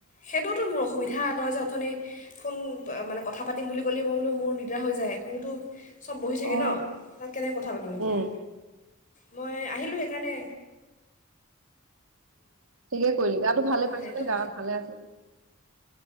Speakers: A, on the left (about 40°); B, on the right (about 75°).
A: সেইটোতো মোৰ অসুবিধা তই যে অথনি ফোন কথা পাতিম বুলি ক'লে মই বোলো মোৰ মিটাৰ হৈ যায় মোৰতো চব বহি থাকে
B: অ
A: ন তাত কেনেকৈ কথা পাতিম এতিয়া
B: উম,
A: মই আহিলোহে একাৰণে
B: ঠিকে কৰিলো গাতো ভালে
A: অঁ
B: পাইছ
A: সেইটো
B: নে
A: কথা
B: গাৱত ভালে আছিল <unintelligible>